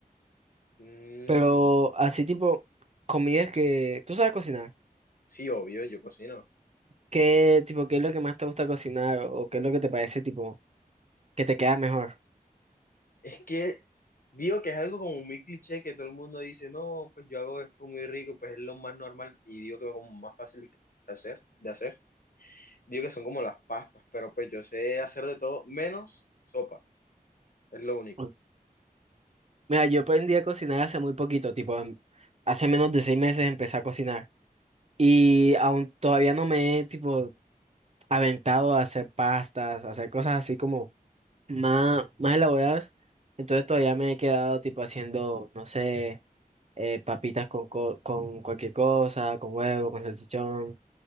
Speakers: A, on the left; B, on the right.
A: Mm,
B: Pero así tipo, comidas que tú sabes cocinar.
A: sí, obvio, yo cocino.
B: ¿Qué tipo, qué es lo que más te gusta cocinar o qué es lo que te parece tipo que te queda mejor?
A: Es que digo que es algo como muy cliché que todo el mundo dice, no, pues yo hago esto muy rico, pues es lo más normal y digo que es como más fácil de hacer, de hacer. Digo que son como las pastas, pero pues yo sé hacer de todo menos sopa, es lo único.
B: Uy, Mira, yo aprendí a cocinar hace muy poquito, tipo, em- hace menos de seis meses empecé a cocinar y aún todavía no me he tipo aventado a hacer pastas, a hacer cosas así como más, más elaboradas. Entonces todavía me he quedado tipo haciendo, no sé, eh, papitas con, co- con cualquier cosa, con huevo, con salchichón,